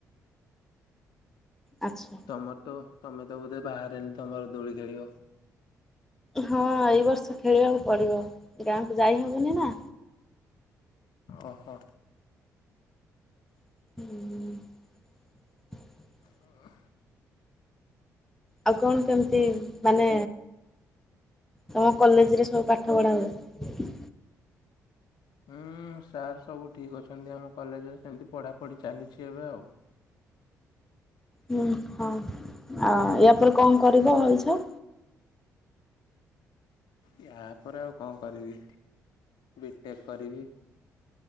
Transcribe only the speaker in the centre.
ଆଚ୍ଛା
ହଁ ଏଇ ବର୍ଷ ଖେଳିବାକୁ ପଡିବ ଗାଁକୁ ଯାଇହବନି ନା
ହୁଁ
ଆଉ କଣ କେମିତି ମାନେ ତମ କଲେଜରେ ସବୁ ପାଠ ପଢା ହୁଏ
ହୁଁ ହଁ ଆଉ ୟା ପରେରେ କଣ କରିବ ଭଲଛ